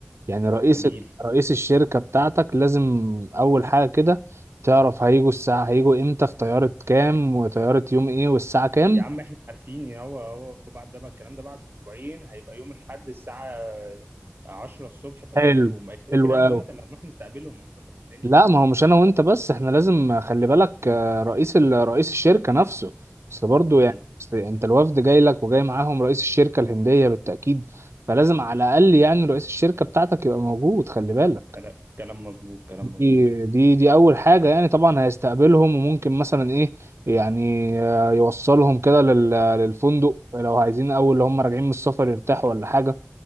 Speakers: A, on the right (about 90°); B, on the right (about 50°).
A: يعني رئيس
B: جميل
A: رئيس الشركه بتاعتك لازم اول حاجه كده تعرف هيجوا الساعه هيجوا امتى في طياره كام وطياره يوم ايه والساعه كام
B: يا عم احنا عارفين يا هو هو بعد ده بقى الكلام ده بعد اسبوعين هيبقى يوم الاحد الساعة 10 الصبح طيارتهم
A: حلو
B: كده
A: حلو
B: كده انا
A: قوي
B: وانت اللي هنروح نستقبلهم ونظبط الدنيا
A: لا ما هو مش انا وانت بس احنا لازم خلي بالك آه، رئيس ال- رئيس الشركة نفسه اصل برضه
B: امم
A: يعني أصل انت الوفد جاي لك وجاي معاهم رئيس الشركة الهندية بالتأكيد فلازم على الاقل يعني رئيس الشركة بتاعتك يبقى موجود خلي بالك
B: كلام كلام مظبوط كلام
A: دي
B: مظبوط
A: دي دي اول حاجة يعني طبعا هيستقبلهم وممكن مثلا ايه يعني آه، يوصلهم كده لل- للفندق لو عايزين اول لو هم راجعين من السفر يرتاحوا ولا حاجة